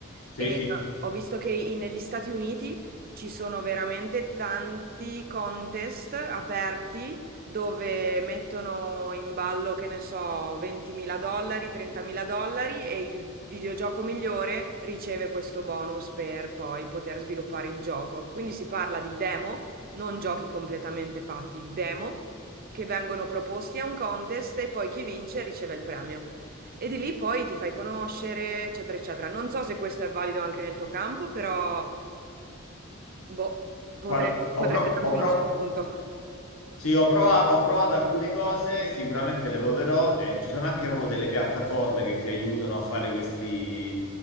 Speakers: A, on the left; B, on the right.
A: Sì,
B: E
A: sì.
B: ho visto che i- negli Stati Uniti ci sono veramente tanti contest aperti dove mettono in ballo, che ne so, 20.000 dollari, 30.000 dollari e il videogioco migliore riceve questo bonus per poi poter sviluppare il gioco. Quindi si parla di demo, non giochi completamente fatti, demo che vengono proposti a un contest e poi chi vince riceve il premio. E di lì poi ti fai conoscere, eccetera, eccetera. Non so se questo è valido anche nel tuo campo, però boh, potre-
A: Guarda,
B: potrebbe
A: ho, pro-
B: darti
A: ho
B: uno
A: pro-
B: spunto.
A: sì, ho prova- ho provato alcune cose, sicuramente le proverò. eh, ci sono anche proprio delle piattaforme che ti aiutano a fare questi,